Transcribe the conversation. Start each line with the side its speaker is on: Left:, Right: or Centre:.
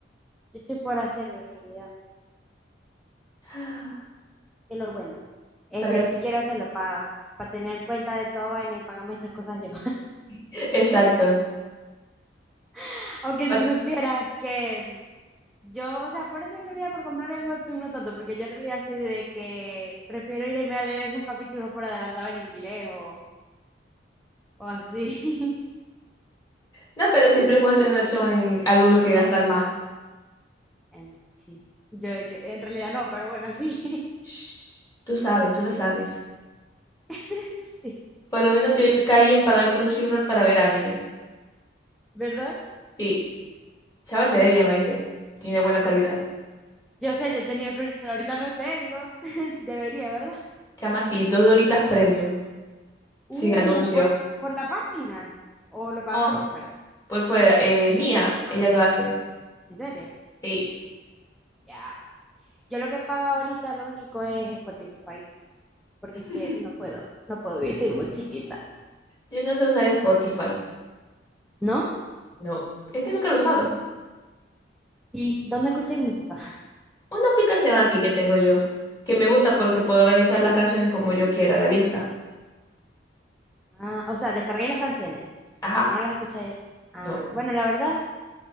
Centre: Yo estoy por hacerlo en realidad.
Left: <gasps>
Centre: Es lo bueno. Este,
Left: Para...
Centre: sí quiero hacerlo para tener cuenta de toda vaina y pagarme estas cosas yo.
Left: Exacto.
Centre: <laughs> Aunque
Left: Pa-
Centre: si supieras que Yo, o sea, por eso en realidad por comprar en Webtoon no tanto, porque yo en realidad soy de que prefiero irme a leer esos capítulos por adelantado en inglés o, o así. <laughs>
Left: No, pero siempre es bueno tener una opción en algo en lo que gastar más.
Centre: En- Sí, yo de que en realidad no, pero bueno, sí,
Left: Shh, Tú sabes, tú lo sabes.
Centre: <laughs> sí,
Left: Por lo menos yo ya caí en pagar Crunchyroll para ver anime.
Centre: ¿verdad?
Left: Sí, sabes, se ve bien, ¿oíste? Tiene buena calidad.
Centre: Yo sé, yo he tenido Crunchyroll, ahorita no tengo, <laughs> debería, ¿verdad?
Left: Chama así, dos dolitas premium,
Centre: Uh,
Left: sin anuncios.
Centre: por, por la página, o lo pagaste
Left: No,
Centre: por fuera.
Left: por fuera. Eh, Mía,
Centre: Ah,
Left: ella lo hace.
Centre: ¿en serio?
Left: Sí.
Centre: Ya. Yo lo que pago ahorita lo único es Spotify, porque
Left: <laughs>
Centre: que no puedo, no puedo vivir, soy muy chiquita.
Left: Yo no sé usar Spotify.
Centre: ¿No?
Left: No, es que nunca lo he usado.
Centre: ¿Y dónde escucháis música?
Left: Una aplicación aquí que tengo yo, que me gusta porque puedo organizar las canciones como yo quiera, la lista.
Centre: Ah, o sea, descarguéis las canciones,
Left: Ajá.
Centre: no las escucháis. Ah,
Left: no
Centre: bueno, la verdad